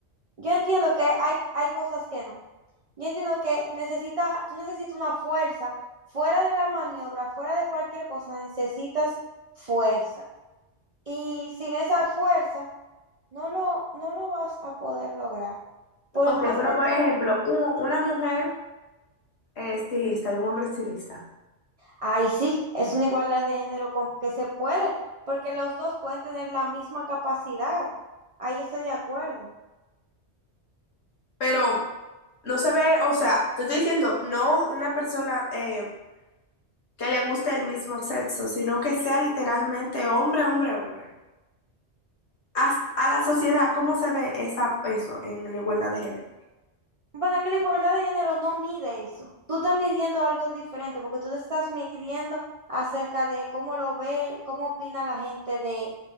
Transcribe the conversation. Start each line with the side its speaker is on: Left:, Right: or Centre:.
Right: yo entiendo que hay, hay cosas que no. Yo entiendo que necesita, tú necesitas una fuerza fuera de la maniobra, fuera de cualquier cosa, necesitas fuerza. Y sin esa fuerza, no lo, no lo vas a poder lograr. Por
Left: Ok,
Right: más
Left: pero
Right: que
Left: por
Right: tú,
Left: ejemplo, u- una mujer eh, estilista y un hombre estilista.
Right: ahí sí, es una igualdad de género con, que se puede, porque los dos pueden tener la misma capacidad. Ahí estoy de acuerdo.
Left: Pero no se ve, o sea, te estoy diciendo, no una persona eh, que le guste el mismo sexo, sino que sea literalmente hombre, hombre, hombre. As- a la sociedad, ¿cómo se ve esa, eso en la igualdad de género?
Right: Bueno, que la igualdad de género no mide eso. Tú estás midiendo algo diferente porque tú te estás midiendo acerca de cómo lo ve, cómo opina la gente de,